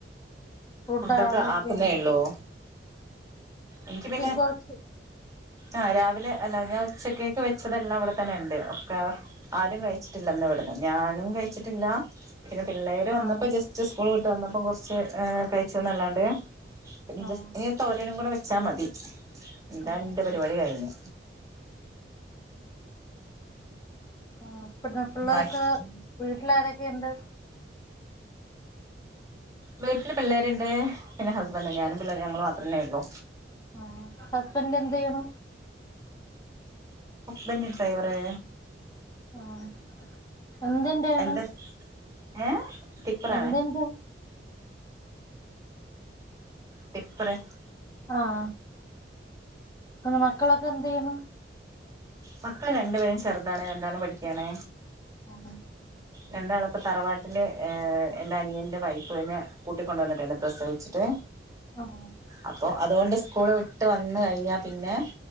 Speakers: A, on the left; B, on the right.
A: ഫുഡ
B: ഫുഡൊക്കെ
A: <unintelligible>
B: ആക്കുന്നേ ഉള്ളൂ എനിക്ക് പിന്നെ
A: കൊറച്ച്
B: ആഹ് രാവിലെ അല്ല ഞാൻ ഉച്ചക്കേക്ക് വെച്ചതെല്ലാം ഇവടെ ത്തന്നെ ഇണ്ട്. ഒക്കെ ആരും കഴിച്ചിട്ടില്ലന്ന് ഇവിടന്ന് ഞാനും കഴിച്ചിട്ടില്ല പിന്നെ പിള്ളേര് വന്നപ്പോ
A: ആഹ്
B: ജസ്റ്റ് സ്കൂൾ വിട്ട് വന്നപ്പോ കൊറ്ച്ച് കഴിചൊന്നല്ലാണ്ട് പിന്നെ
A: ആഹ്
B: ജസ്റ്റ് തോരനും കൂടെ <unintelligible> ച്ചാ മതി. ഇന്താ
A: ആഹ്
B: ഇന്റെ പരിപാടി കഴിഞ്ഞു
A: ആഹ് പിന്നെ പിള്ളാരൊക്കെ
B: ബാക്കി
A: വീട്ടിലാരൊക്കെ ഇണ്ട്
B: വീട്ടില് പിള്ളേര്ണ്ട്. പിന്നെ ഹസ്ബന്റു ഞാനും പിള്ളേര് ഞങ്ങള് മാത്രന്നെ ഉള്ളു
A: ആഹ് ഹസ്ബൻഡ് എന്തെയ്യുണു
B: ബെ <unintelligible> ഡ്രവറ്
A: ആഹ് എന്ത് ഇണ്ട് അറ്ഞ്ഞു.
B: എന്താ ഏഹ് ടിപ്പറാണ്
A: എന്ത്ൻ്റെ <inaudible>
B: ടിപ്പറെ
A: ആഹ് പിന്നെ മക്കളൊക്കെ എന്തെയ്യണ്?
B: മക്കള് രണ്ടു പേരും ചെറുതാണ് രണ്ടാളും പഠിക്കാണ്.
A: ആഹ്.
B: രണ്ടാളും ഇപ്പോ തറവാട്ട് എൻ്റെ അനിയൻ്റെ വൈഫ് നെ കൂട്ടിക്കൊണ്ട് വന്നിട്ടുണ്ട് പ്രസവിച്ചിട്ട്
A: ആഹ്
B: അപ്പൊ അതുകൊണ്ട് സ്കൂള് വിട്ട് വന്ന് കഴിഞ്ഞാ പിന്നെ